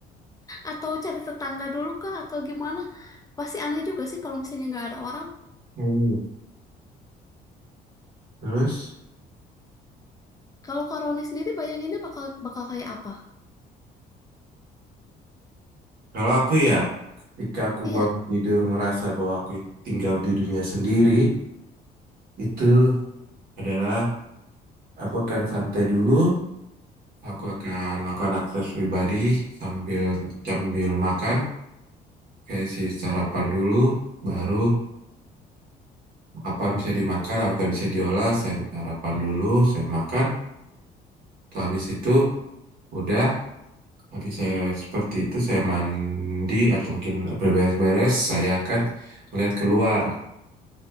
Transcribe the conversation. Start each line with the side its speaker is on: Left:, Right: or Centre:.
Left: Atau cari tetangga dulu kah? Atau gimana? Pasti aneh juga sih kalau misalnya nggak ada orang.
Right: mm. Terus,
Left: Kalau Karoni sendiri bayanginnya bakal bakal kayak apa?
Right: kalau aku ya, ketika aku
Left: Iya,
Right: bangun tidur ngerasa bahwa aku tinggal di dunia sendiri, itu adalah aku akan santai dulu, aku akan melakukan aktivitas pribadi sambil sambil makan, kayak si sarapan dulu, baru. apa bisa dimakan atau bisa diolah saya sarapan dulu saya makan Terus habis itu udah habis saya seperti itu saya mandi atau mungkin berberes-beres saya akan melihat keluar